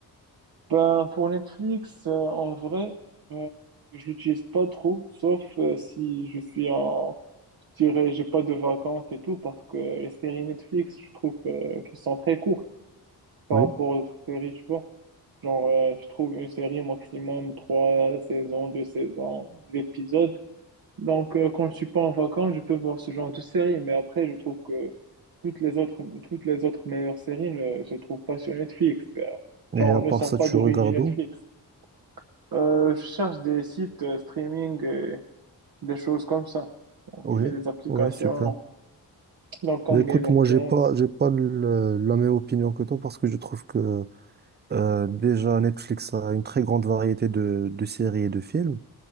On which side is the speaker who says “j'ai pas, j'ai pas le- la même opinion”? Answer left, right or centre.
Right